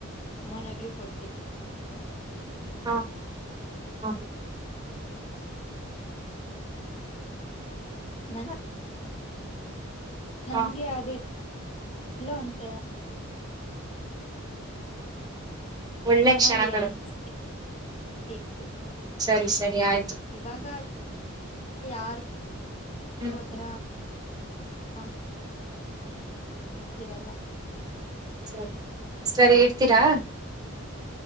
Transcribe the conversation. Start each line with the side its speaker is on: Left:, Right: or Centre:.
Left: ಮಾನಗ್ಲೂ ಕೊಡ್ತಿದ್ದು.
Right: ಹಾಂ ಹಾ ಹಾ.
Left: ನಂಗ ನಮ್ಗೆ
Right: ಹಾ
Left: ಯಾವ್ದೆ ಇಲ್ಲ ಅಂತೆ.
Right: ಒಳ್ಳೆ
Left: ಚೆನ್ನಾಗಿ
Right: ಕ್ಷಣಗಳು.
Left: ಅನ್ಸ್ತಿ ಇತ್ತು.
Right: ಸರಿ ಸರಿ ಆಯ್
Left: ಇವಾಗ ಯಾರು
Right: ಹ್ಮ್
Left: ಆತರ ಹಂ ಇರಲ್ಲ.
Right: ಸರಿ, ಸರಿ ಇಡ್ತೀರಾ.